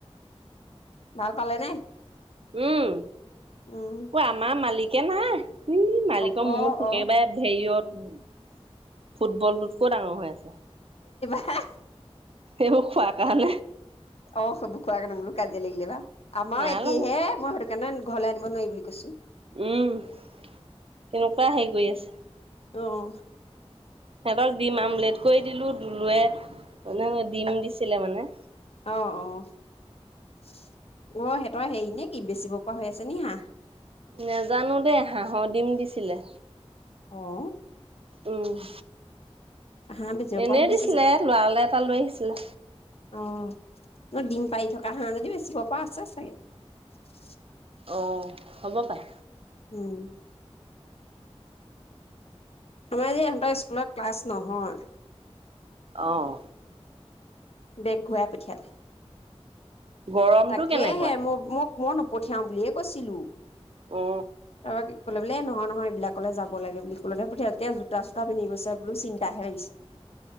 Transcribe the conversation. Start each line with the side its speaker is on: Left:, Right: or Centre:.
Left: ভাল পালে নে
Right: উম
Left: উম
Right: অ আমাৰ মালিক একাকে নাই উ মালিকৰ
Left: অ
Right: মোক
Left: অ
Right: একেবাৰে
Left: অ
Right: হেৰিয়ত । উম ফুটবলটোতকৈ ডাঙৰ হৈ আছে
Left: হেহ
Right: এইবো খোৱা কানে
Left: অ সব খোৱা নে বোলো কাজিয় লাগিলে বা । আমাও
Right: নাই
Left: একেহে
Right: লগা
Left: মই স। কাৰণে ঘৰলৈ আনিব নোৱাৰি বুলি কৈছো।
Right: উম কেনেকুৱা হেৰি কৰি আছে।
Left: অহ
Right: সিহঁতক দিম আমলেট কৰি দিলো দুলুৱে মানে ডিম দিছিলে মানে
Left: অ অ অ সিহঁতৰ হেৰি নে কি বেচিব পৰা হৈ আছে নি হাঁহ
Right: নেজানো দেই হাঁহৰ দিম দিছিলে
Left: অহ
Right: উম ।
Left: হাঁহ বেচিব
Right: এনেই
Left: পৰা হৈছে
Right: দিছিলে
Left: চাগে
Right: লৰালে এটা লৈ আহিছিলে।
Left: অ ম ডিম পাৰি থকা হাঁহ যদি বেছিব পৰা আছে চাগে ।
Right: অ। হ'ব পাৰে।
Left: উম। তোমাৰ যে ইহঁতৰ স্কুলত ক্লাছ নহয়।
Right: অহ।
Left: বেগ ঘূৰাই পঠিয়ালে।
Right: গৰমটো
Left: তাকেহে
Right: কেনেকুৱা
Left: মোৰ মোক মইয়ো নপঠিয়াও বুলিয়ে কৈছিলোঁ।
Right: এ
Left: <unintelligible> ক'লে বোলে নহয় নহয় এইবিলাকলে যাব লাগে বুলি ক'লে পঠিয়াই জোতা চোতা পিন্ধি বোলো চিন্তাহে লাগিছে।